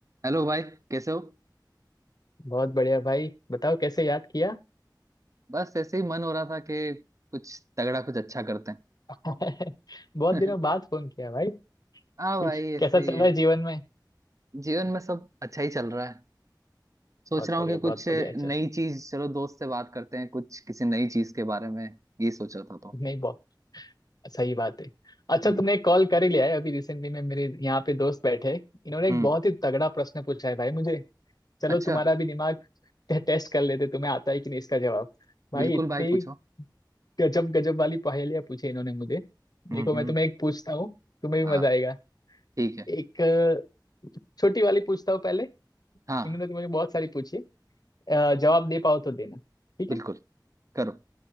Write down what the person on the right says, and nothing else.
हेलो भाई कैसे हो
बस ऐसे ही मन हो रहा था कि कुछ तगड़ा कुछ अच्छा करते हैं
<laughs>
हाँ
भाई ऐसे
ही
है
जीवन में सब अच्छा ही चल रहा है सोच
रहा
हूँ कि कुछ
नई चीज चलो दोस्त से बात करते हैं कुछ किसी नई चीज के बारे में ये सोचा था तो
हम्म
हम्म
अच्छा
बिल्कुल
भाई पूछो
हम्म
हम्म
हाँ
ठीक है
हाँ
बिल्कुल
करो